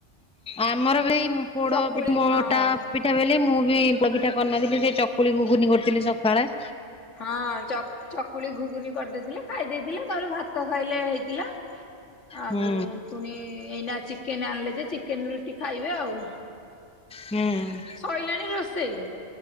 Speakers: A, in the centre; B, on the left.
A: ଆମର ବି ଏଇ ମ୍ ପୋଡପି
B: ଚକୁଳି
A: ମୋଟା
B: ହଁ
A: ପିଠା ବେଲି ମୁଁ ବି ପୋଡ ପିଠା କରିନଥିଲି ସେ ଚକୁଳି ଘୁଘୁନି କରୁଥିଲି ସକାଳେ।
B: ହଁ ଚ ଚକୁଳି ଘୁଘୁନି କରି ଦେଇଥିଲେ ଖାଇ ଦେଇଥିଲେ ତାପରେ ଭାତ ଖାଇଲେ ହେଇଥିଲା। ଆଉ
A: ହୁଁ
B: ପୁଣି ଏଇନା ଚିକେନ ଆଣିଲେ ଯେ ଚିକେନ ରୁଟି ଖାଇବେ ଆଉ।
A: ହୁଁ।
B: ଶଇଲାଣି ରୋଷେଇ।